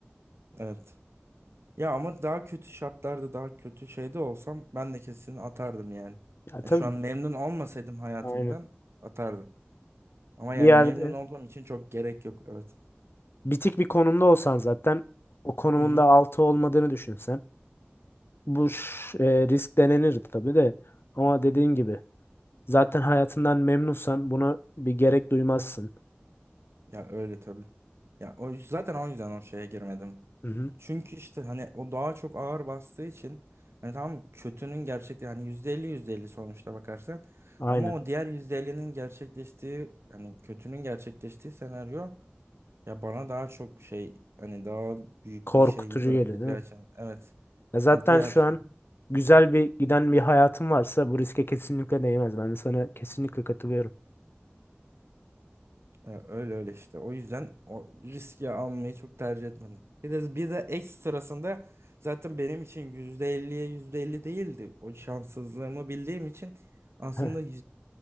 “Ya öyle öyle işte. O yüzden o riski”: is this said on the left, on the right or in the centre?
Right